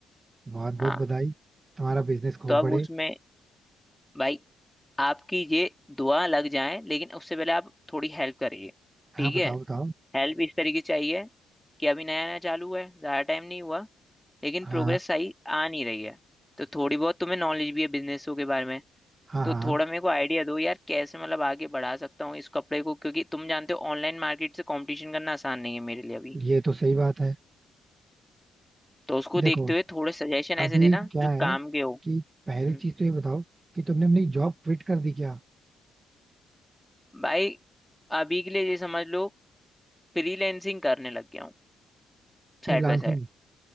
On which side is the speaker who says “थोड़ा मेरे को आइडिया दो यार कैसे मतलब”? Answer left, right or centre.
Centre